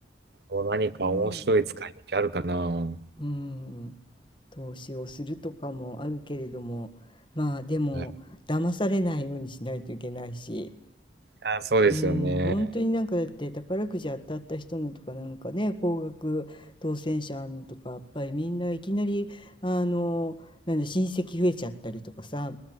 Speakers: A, on the right; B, on the left.
A: こう何か面白い使い道あるかな。
B: ね、
A: は
B: うん、投資をするとかもあるけれども、まあでも騙されないようにしないといけないし、
A: いあー、そうですよね。
B: うん、本当になんかだって宝くじ当たった人のとかなんかね、高額当選者のとか、やっぱりみんないきなり、あの、なんで親戚増えちゃったりとかさ、